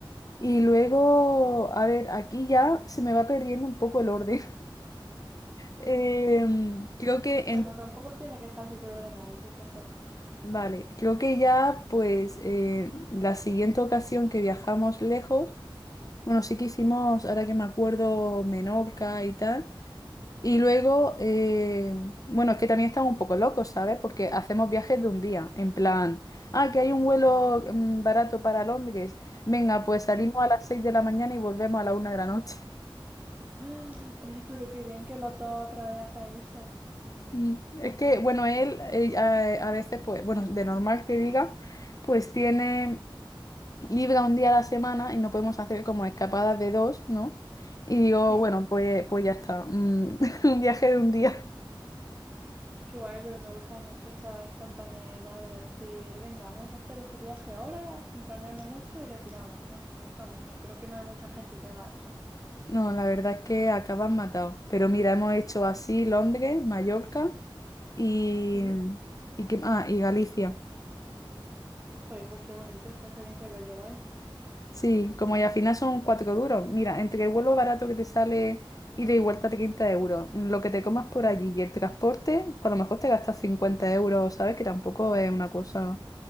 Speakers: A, on the left; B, on the right.
A: Y luego, a ver, aquí ya se me va perdiendo un poco el orden. <laughs> Em, creo que
B: Bueno,
A: en,
B: tampoco tiene que estar súper ordenado, tú cuéntame.
A: vale, creo que ya pues eh, la siguiente ocasión que viajamos lejos, bueno, sí que hicimos, ahora que me acuerdo, Menorca y tal. Y luego, eh, bueno, es que también estamos un poco locos, ¿sabes? Porque hacemos viajes de un día, en plan, ah, que hay un vuelo mm, barato para Londres. Venga, pues salimos
B: Sí.
A: a las 6 de la mañana y volvemos a la una de la noche. <laughs>
B: ¡Ah! Oye, pero qué bien que los dos otra vez hacen eso.
A: Mm, Es que, bueno, él eh, a, a veces, pues, bueno, de normal que diga, pues tiene libre un día a la semana y no podemos hacer como escapadas de dos, ¿no? Y digo,
B: Sí.
A: bueno, pues, pues ya está, mm, <laughs> un viaje de un día.
B: Qué guay, pero me gusta mucho esa espontaneidad de decir, venga, vamos a hacer este viaje ahora sin planearlo mucho y le tiramos. No sé, me gusta mucho. Creo que no hay mucha gente que haga eso.
A: No, la verdad es que acaban matado. Pero mira, hemos hecho así Londres, Mallorca y,
B: ¿Sí?
A: y, qué- ah, y Galicia.
B: Joder, pues qué bonito esa experiencia que os lleváis.
A: Sí, como y al final son cuatro duros. Mira, entre el vuelo barato que te sale ida y vuelta 30 euros, lo que te comas por
B: Hmm,
A: allí y el transporte, por lo mejor te gastas 50 euros, ¿sabes? Que tampoco es una cosa.